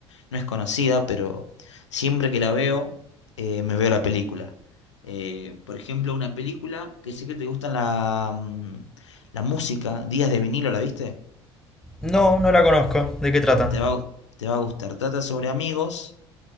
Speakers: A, on the left; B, in the centre.
A: No es conocida, pero siempre que la veo, eh, me veo la película. Eh, por ejemplo, una película que sé que te gustan la, mm, la música, Días de vinilo, ¿la viste?
B: No, no la conozco. ¿De qué trata?
A: Te va, a- te va a gustar. Trata sobre amigos